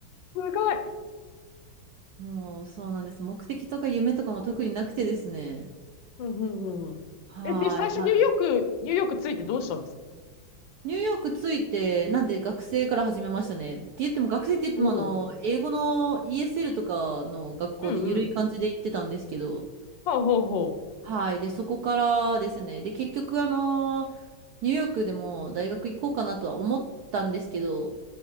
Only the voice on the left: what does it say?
ごい。
うんうんうんうん。
え、で、最初ニューヨーク、
ニューヨークついてどうしたんですか
おおう。
うんうん。ほうほうほ